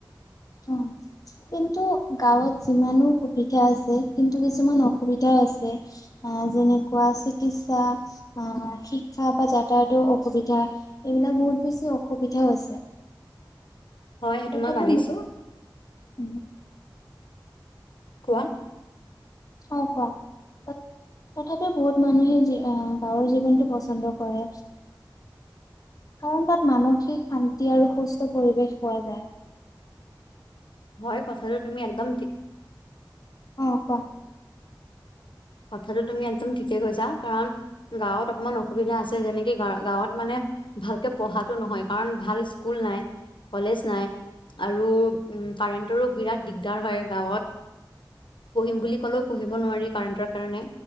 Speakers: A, on the left; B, on the left.
A: অ' কিন্তু গাঁৱত যিমানো সুবিধা আছে কিন্তু কিছুমান অসুবিধাওঁ আছে, যেনেকুৱা চিকিৎসা আহ শিক্ষা বা যাতায়াতৰ অসুবিধা এইবিলাক বহুত বেছি অসুবিধাওঁ আছে।
B: হয় সেইটো
A: তথাপিও
B: মই মানিছো।
A: উম,
B: কোৱা?
A: অ' কোৱা? তথাপিও বহুত মানুহে আহ গাঁৱৰ জীৱনটো পচন্দ কৰে কাৰণ তাত মানসিক শান্তি আৰু সুস্থ পৰিৱেশ পোৱা যায়।
B: হয় কথাৰো তুমি একদম ঠি
A: অ' কোৱা?
B: কথাটো তুমি একদম ঠিকেই কৈছা। কাৰণ গাঁৱত অকমান অসুবিধা আছে যেনেকি গা গাঁৱত মানে ভালকে পঢ়াতো নহয়, কাৰণ ভাল স্কুল নাই কলেজ নাই আৰু উ কাৰেণ্টৰো বিৰাট দিগদাৰ হয়। গাঁৱত পঢ়িম বুলি ক'লেওঁ পঢ়িব নোৱাৰি কাৰেণ্টত কাৰণে